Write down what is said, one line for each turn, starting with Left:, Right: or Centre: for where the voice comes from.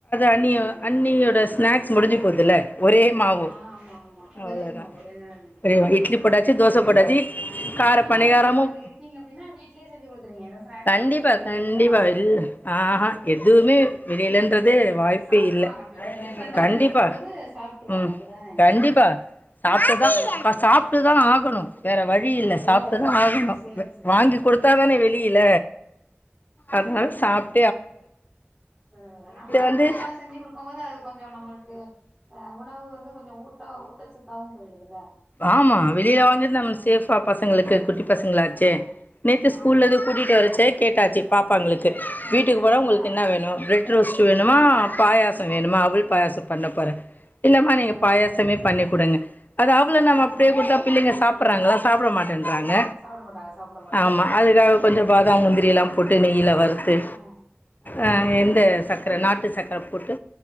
Right: செரிங்க
Left: அண்ணிய அண்ணியோட
Right: தோழி செரிங்க தோழி
Left: ஸ்நாக்ஸ் முடிஞ்சு போதுல்ல ஒரே மாவு
Right: ஆ ஆமா ஆமா ஒரே
Left: அவ்ளோதா
Right: மாவு ம்
Left: ஒரே
Right: செரிங்க
Left: இட்லி போட்டாச்சு
Right: தோழி செரி
Left: தோச போட்டாச்சு
Right: ஆ மேக்ஸிமம்
Left: கார பணிகாரமு
Right: நீங்க இப்ப அங்க இருக்கீங்க அப்டின்னா வீட்லே செஞ்சி குடுத்துருவிங்க இந்த ஸ்னாக்ஸ்லா
Left: கண்டிப்பா,
Right: வெளிய வெளிலலா
Left: கண்டிப்பா.
Right: வாங்கறது
Left: இல்
Right: கெடையாது
Left: ஆஹா எதுவுமே
Right: ஆ
Left: வெளியலன்ற தே வாய்ப்பே
Right: சாப்ட்ருவாங்க
Left: இல்ல
Right: அப்டி கொஞ்சோ டிஃப்ரெண்டா
Left: கண்டிப்பா
Right: பண்ணி குடுக்கும் போது சாப்ட்ருவாங்க
Left: ம்
Right: அப்டிதானே
Left: கண்டிப்பா சாப்ட்டுதா
Right: ஆ
Left: த சாப்ட்டுதா ஆகணும் வேற வழியில்ல
Right: ஓ
Left: சாப்ட்டுதா ஆகனு
Right: சேரி
Left: வ
Right: சேரி
Left: வாங்கி
Right: சேரி
Left: குடுத்தாதானே வெளியில அதனால சாப்
Right: பரவால நம்மள நம்ம
Left: வந்து
Right: கையால செஞ்சு கொடுக்குமீ போது அது கொஞ்சோ நம்மளுக்கு ஆ உணவு வந்து கொஞ்சோ ஊட்ட ஊட்டச்சத்தாவு போயிடுதுல்ல
Left: ஆமா வெளியில வாங்கிட்டு நம்மளுக்கு
Right: ஆ
Left: சேஃபா பச பசங்களுக்கு குட்டி பசங்களாச்சு
Right: ஆமா
Left: நேற்று ஸ்கூல்ல
Right: ஆமா
Left: இருந்து கூட்டிட்டு வர சே கேட்டாச்சு பாப்பாங்களுக்கு
Right: ஆமா ஆ ஆ
Left: வீட்டுக்கு போனா உங்களுக்கு
Right: ஆ
Left: என்ன வேணு ப்ரெட் ரோஸ்ட் வேணுமா
Right: ஆ
Left: பாயச வேணுமா அவுள் பாயாச பண்ண போறே இல்லாம நீங்க
Right: ஆ
Left: பாயாச <unintelligible> பண்ணி கொடுங்க அது அவுள நம்ம
Right: ஆ
Left: அப்படியே
Right: ஆ
Left: கொடுத்தா பிள்ளைங்க சாப் ப்றாங்களா சாப்பிட மாட் ன்றறாங்க
Right: ஆ சாப்பிட மாட்டாங்க சாப்பிட மாட்டாங்க.
Left: ஆமா அதுக்காக கொஞ்சோ பாதாம்
Right: ம்.
Left: முந்திரி எல்லா போட்டு நெயில வருத் து
Right: ஆ. ஆ.
Left: அ எந்த ச க்கிற நாட்டு சக்கர போட்டு